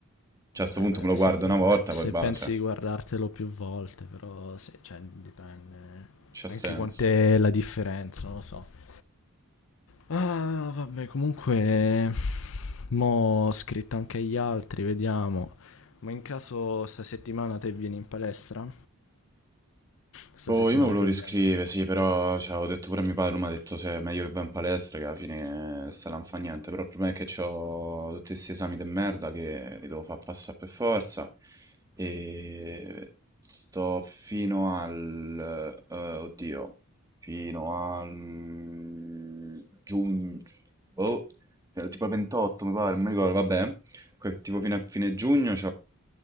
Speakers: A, on the right; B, on the left.
A: Cioè, a sto
B: eh,
A: punto me lo guardo
B: se,
A: una volta,
B: se
A: poi va,
B: pensi
A: cioè,
B: di guardartelo più volte, però se, cioè, dipende
A: c'ha
B: anche
A: senso.
B: quant'è la differenza, non lo so. Ah, vabbè, comunque Mo' ho scritto anche agli altri, vediamo. Ma in caso sta settimana te vieni in palestra? Sta
A: Boh,
B: settimana
A: io me volevo
B: che
A: riscrivere,
B: viene.
A: sì, però cioè, ho detto pure a mio padre, mi ha detto se è meglio che vai in palestra, che alla fine eh, sta là non fa niente, però il problema è che ho tutti questi esami di merda che li devo far passare per forza e sto fino al... eh, oddio, fino al... giugno, boh, fino al tipo al 28 mi pare, non mi ricordo, vabbè, que- tipo fino a fine giugno ho